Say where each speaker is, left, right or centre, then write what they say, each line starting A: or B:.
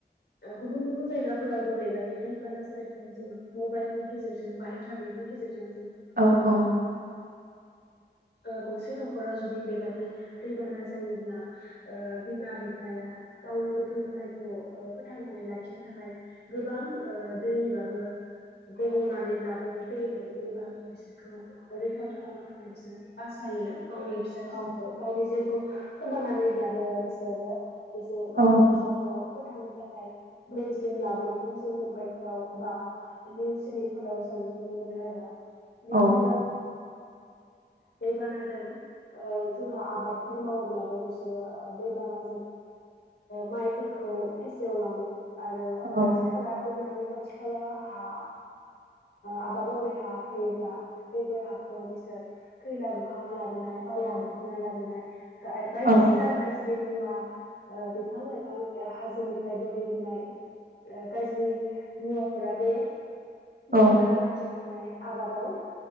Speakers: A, on the left (about 75°); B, on the right (about 55°).
A: ओ गुबुन गुबुन जायगाफोरावबो बेबादि दैबाना जानायखौ जों मबाइलनि गेजेरजों बा इन्टारने नि गेजेरजों जोंा
B: औ
A: म <unintelligible>
B: औ
A: ओ गंसे न'खराव जुदि बेबादि दैबाना जायोब्ला ओ बिमा बिफाया गावनि गथ' गथायखौ ओ फोथांनानै लाखिनो थाखाय गोबां ओ दैबाबो गब'नानैब्लाबो दै मोनब्लाबो बिसोरखौ रैखा खालामनो थाखाय बिसोर बासायो गावनि फिसा फिसौखौ
B: औ
A: गावनि जिउखौ खोमानानैब्लाबो बिसोरो बिसोर
B: औ
A: गावनि फिसाखौ ो थांनो थाखाय भसिन लाबोनायखौ जों मबाइल फोराव बा निस चेनेलाव ज जों नुनो मोनो आरो बिदिनो
B: औ <inaudible>
A: दैबानाजों जोंहा आबादफोर मावोब्लाबो बिसोरो दैबानाजों माइफोरखौ फेसेयाव लाङो आरो
B: औ
A: खाथि खाला दैमानि आजखाल हा आबाद मावनाय हा थायोब्ला बेफोर हाखौ बिसोर खैला बुखांना लाबोनो बाला बुख'ना लाबोनाय बायदिसिना
B: औ
A: गाज्रि मुवा बिफां लाइफां हाज निफ्राय बोहैबोनाय गाज्रि मुवाफोरा बे
B: औ
A: दैमा खाथियाव थानाय आबादाव